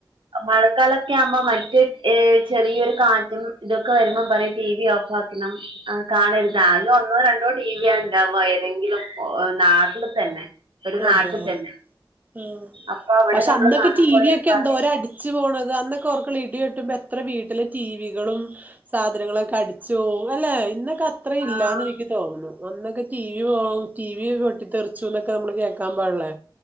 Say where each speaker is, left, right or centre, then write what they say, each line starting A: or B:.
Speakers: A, on the right (about 80°); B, on the right (about 20°).
A: മഴക്കാലൊക്കെ ആവുമ്പ മറ്റ് ഏഹ് ചെറിയൊരു കാറ്റും ഇതൊക്കെ വരുമ്പം പറയും ടി വി ഓഫ് ആക് കണം കാണരുത് ആകെ ഒ ന്നോ രണ്ടോ ടി വിയ ഉണ്ടാവാ ഏതെങ്കിലും ഒ നാട്ടില് തന്നെ. ഒരു
B: അതെ
A: നാട്ടി തന്നെ
B: ആഹ്
A: അപ്പൊ അവിടെ
B: പക്ഷെ
A: നമ്മള്
B: അന്നൊക്കെ
A: കാണാൻ
B: ടി
A: പോയാ
B: വി യൊക്കെ
A: പറയും
B: എന്തോര അടി ച്ച് പോണത് അന്നൊക്കെ ഓർക്കള് ഇടി വെട്ടുമ്പ എത്ര വീട്ടിലെ ടി വികളും. സാധനങ്ങളൊക്കെ അടിച്ചോവും അല്ലെ ഇന്നക്ക ത്ര ഇല്ലാന്ന്
A: ആഹ്
B: എനിക്ക് തോന്നുന്നു അന്നൊക്കെ ടി വി പോകു ടി വി പൊട്ടിത്തെറിച്ചുന്നൊ ക്കെ നമ്മള് കേക്കാൻ പാടില്ലേ